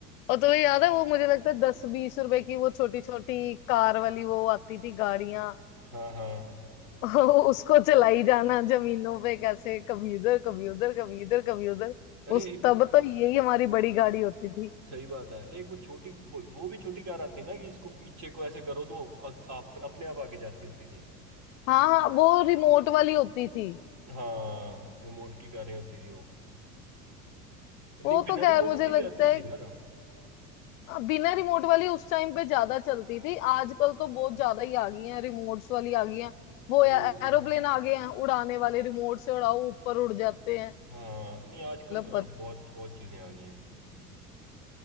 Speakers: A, on the left; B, on the right.
A: और तुम्हें याद है वो मुझे लगता है दस बीस रुपए की वो छोटी छोटी कार वाली वो आती थी गाड़ियां
B: हाँ हाँ
A: <laughs> उसको चलाई जाना जमीनों पे कैसे कभी उधर कभी उधर कभी इधर कभी उधर
B: अरे
A: उस
B: एक
A: तब तो यही हमारी बड़ी गाड़ी होती थी
B: सही बात है अरे एक वो छोटी वो, वो भी छोटी कार आती ना कि इसको पीछे को ऐसे करो तो अ- आप अपने आप आगे जाती होती थी
A: हाँ हाँ वो रिमोट वाली होती थी
B: हाँ रिमोट की कारें होती थी वो नहीं
A: वो
B: बिना
A: तो क्या
B: रिमोट
A: है मुझे
B: की
A: लगता
B: भी आती
A: है
B: थी यार
A: बिना रिमोट वाली उस टाइम पे ज्यादा चलती थी आजकल तो बहुत ज्यादा ही आ गई हैं रिमोट्स वाली आ गई हैं वो
B: हम्म
A: एरोप्लेन आ गए हैं उड़ाने वाले रिमोट से उड़ाओ ऊपर उड़ जाते हैं
B: हाँ नहीं आजकल
A: मतलब
B: तो
A: पत-
B: यार बहुत बहुत चीजें आ गई हैं